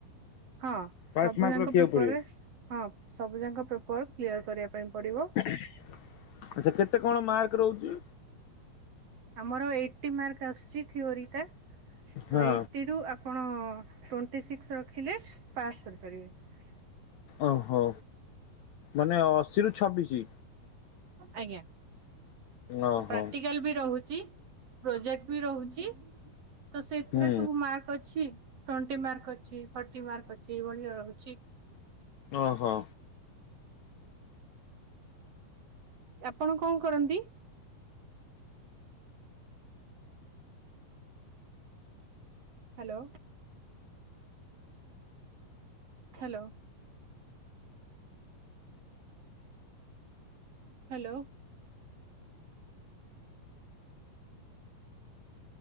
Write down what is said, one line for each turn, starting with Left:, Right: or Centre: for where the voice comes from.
Right: ହଁ
Left: ପାସ୍
Right: ସବୁ
Left: ମାର୍କ
Right: ଯାଙ୍କ
Left: ରଖିବାକୁ
Right: ପେପର
Left: ପଡିବ
Right: ରେ ହଁ ସବୁ ଯାଙ୍କ ପେପ ପର୍ କ୍ଲିଅର କରିବା ପାଇଁ ପଡିବ
Left: ଆଚଛା କେତେ କଣ ମାର୍କ ରହୁଛି।
Right: ଆମର ଏଇଟଟି ମାର୍କ ଆସୁଛି ଥିଓରି ଟା। ତ
Left: ହଁ
Right: ଏଇଟଟି ରୁ ଆପଣ ଟ୍ୱେଣ୍ଟି ସିକ୍ସ ରଖିଲେ ପାସ କରିପାରିବେ।
Left: ଓହୋ ମାନେ ଅଶିରୁୁ ଛବିଶି।
Right: ଆଜ୍ଞା।
Left: ଓହୋ
Right: ପ୍ରାକ୍ଟିକାଲ ବି ରହୁ ପ୍ରୋଜେକ୍ଟ ବି ରହୁଛି। ତ ସେଥିରେ
Left: ହୁଁ
Right: ସବୁ ମାର୍କ ଅଛି। ଟ୍ୱେଣ୍ଟି ମାର୍କ ଅଛି ଫଥର୍ଟି ମାର୍କ ଅଛି ଏଇଭଳିଆ ରହୁଛି। <inaudible>
Left: ଓହୋ।
Right: ଆପଣ କଣ କରନ୍ତି? <inaudible> Hello hello. Hello.